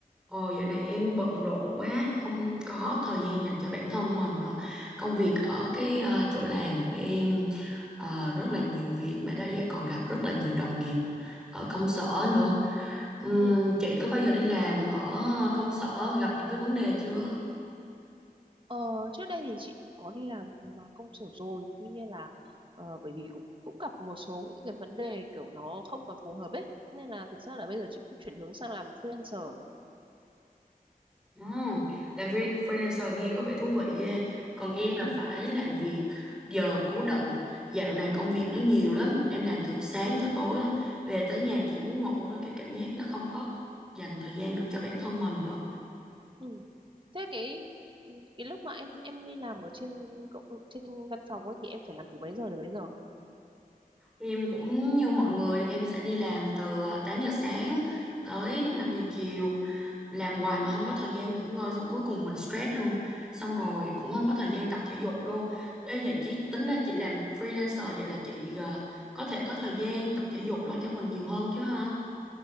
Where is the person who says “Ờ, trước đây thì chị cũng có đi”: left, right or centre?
Right